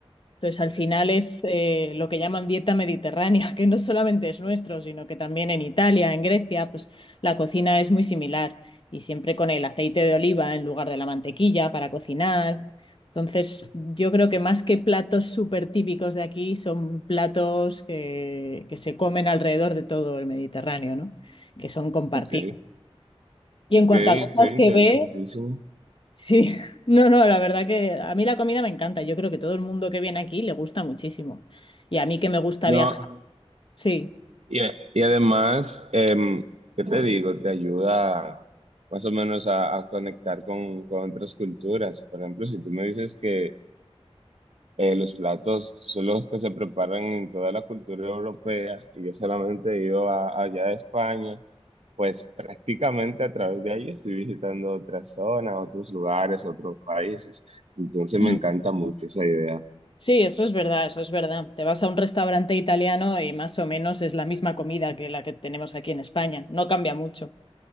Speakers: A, on the left; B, on the right.
A: Entonces, al final es eh, lo que llaman dieta mediterránea, <laughs> que no solamente es nuestro, sino que también en Italia, en Grecia, pues la cocina es muy similar y siempre con el aceite de oliva en lugar de la mantequilla para cocinar. Entonces, yo creo que más que platos súper típicos de aquí, son platos que, que se comen alrededor de todo el Mediterráneo, ¿no? Que son compartidos.
B: Ok,
A: Y en
B: ok,
A: cuanto a cosas
B: ok,
A: que
B: interesantísimo.
A: ver, Sí, <laughs> no, no, la verdad que a mí la comida me encanta. Yo creo que todo el mundo que viene aquí le gusta muchísimo. Y a mí que me gusta
B: No.
A: viajar, sí.
B: Y, y además, em, ¿qué te digo? Te ayuda más o menos a, a conectar con, con otras culturas. Por ejemplo, si tú me dices que eh, los platos son los que se preparan en toda la cultura europea y yo solamente he ido a- allá a España, pues prácticamente a través de ahí estoy visitando otras zonas, otros lugares, otros países. Entonces
A: Mm.
B: me encanta mucho esa idea.
A: Sí, eso es verdad, eso es verdad. Te vas a un restaurante italiano y más o menos es la misma comida que la que tenemos aquí en España. No cambia mucho.